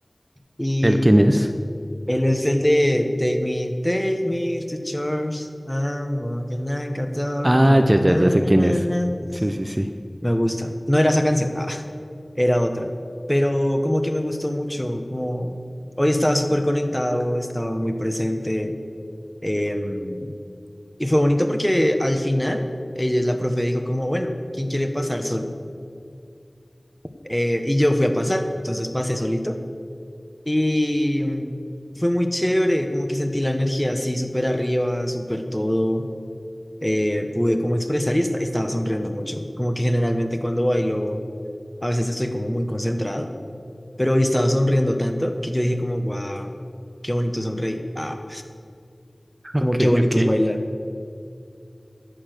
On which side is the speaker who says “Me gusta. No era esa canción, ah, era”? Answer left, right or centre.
Centre